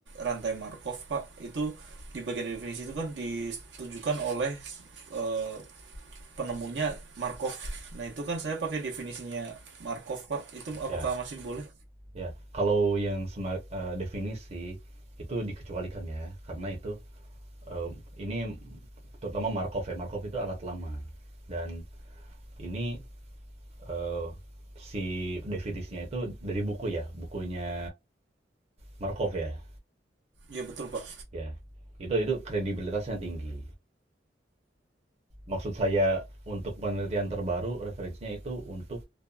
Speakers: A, on the right; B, on the right.
A: rantai Markov, Pak. Itu di bagian definisi itu kan ditujukan oleh eh, penemunya Markov. Nah, itu kan saya pakai definisinya Markov, Pak. Itu apakah
B: Ya.
A: masih boleh?
B: ya kalau yang sema- eh, definisi itu dikecualikan ya karena itu em, ini terutama Markov ya Markov itu alat lama dan ini eh, si definisinya itu dari buku ya bukunya Markov ya
A: Ya, betul, Pak.
B: ya itu itu kredibilitasnya tinggi Maksud saya untuk penelitian terbaru referensinya itu untuk